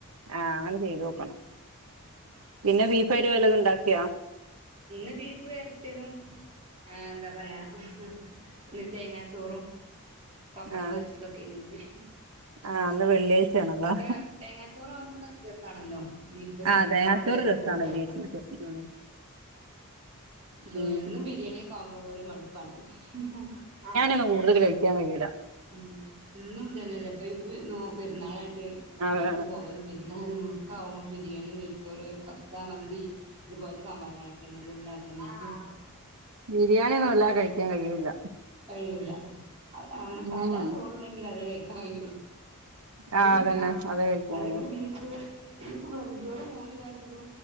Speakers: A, on the right; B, on the right.
A: ആഹ് അങ്ങനെ ചെയ്ത് നോക്കണം പിന്നെ ബീഫായിട്ട് വല്ലതും ഉണ്ടാക്കിയാ
B: ഇന്ന് ബീഫ് വരട്ടിയതും ആഹ് എന്താ പറയാ ഇന്ന് തേങ്ങാ ചോറും പപ്പടം
A: ആഹ്
B: പൊരിച്ചതൊക്കെ അയ്നിം ഇന്ന്
A: ആഹ് ഇന്ന് വെള്ളിയാഴ്ചയാണല്ലോ
B: പക്ഷെ തേങ്ങാച്ചോറാവുമ്പോ രസണല്ലോ ബീഫ്ക്ക്
A: അതെ
B: ആഹ്
A: അതൊരു
B: തേങ്ങാ ചോറ് രസാ
A: <unintelligible>
B: പിന്നെ
A: ഉം
B: എന്നും
A: ഉം
B: ബിരിയാണിയൊക്കെ ആവുമ്പോ ഒരു മടുപ്പാണല്ലോ ആഹ് ബിരിയാണി
A: ഒന്നും കൂടുതൽ കഴിക്കാൻ കഴിയൂല
B: <unintelligible> എന്നും ഇതന്നല്ലേ ഇപ്പൊ നോ പെരുന്നാളായിട്ട്
A: അതെ
B: വീട്ടിക്ക്
A: അതെ
B: പോവലും വിരുന്നാരും ക്കാവുമ്പം ബിരിയാണി, നെയച്ചോറ്, കഫ്സ, മന്തി ഇതുപോലത്തെ സംഭവങ്ങളൊക്കെ ക്കെന്നെല്ലെ ഉണ്ടാക്കുന്നെ ആഹ് അതന്നെ
A: ബിരിയാണി <unintelligible>
B: ബിരിയാണി ഒന്നും വല്ലാതെ
A: കഴിയൂല
B: കഴിക്കൂല ആഹ് സാധാ
A: ഉം
B: ചോറണ്ടെങ്കിൽ അതേ കഴിക്കു <unintelligible> ആഹ് അതന്നെ അതിന്
A: ആഹ്
B: ഒക്കൂല
A: അതേ കഴിക്കാൻ
B: അതിക്ക്
A: കഴിയൂ
B: ബീഫ് ഫ്‌ ഇന്നിപ്പം വെറുംചോറും മോര് കാച്ചിയതും